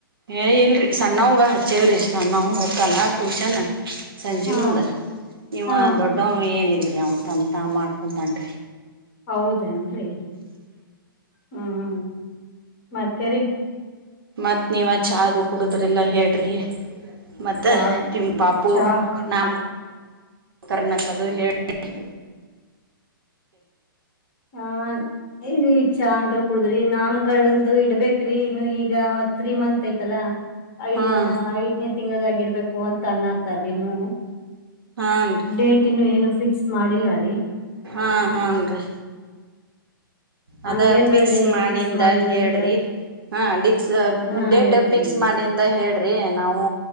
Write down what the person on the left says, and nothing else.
ಹಾ
ಹಾ
ಹೌದೇನ್ರಿ ಹ್ಮ್ ಮತ್ತರಿ
ಚಾಕ್
ಚಾಕ್
ಹ ಇಚ್ಛಾ ಅಕಲ್ ಕುಡದ್ರಿ ನಾಮ್ ಕಾರ್ಡಂತ ಇಡ್ಬೇಕ್ರಿ ಇನ್ನು ಈಗ ತ್ರೀ ಮಂತ್ ಐ್ತಲ್ಲ ಐದ್
ಐದ್ನ ತಿಂಗದಾಗಿ ಇಡ್ಬೇಕು ಅಂತ ಅಣ್ಣತಲ್ಲಿನು
ಡೇಟನ್ನು ಏನು ಫಿಕ್ಸ್ ಮಾಡಿಲ್ಲ ರೀ
ಹಂಗೇನ್ರ
ಡೇಟ್
ಫಿಕ್ಸ್ ಮಾಡಿದ್ರಂದ್ರ
ಹಾ
ಹೇಳ್ತೀವಿ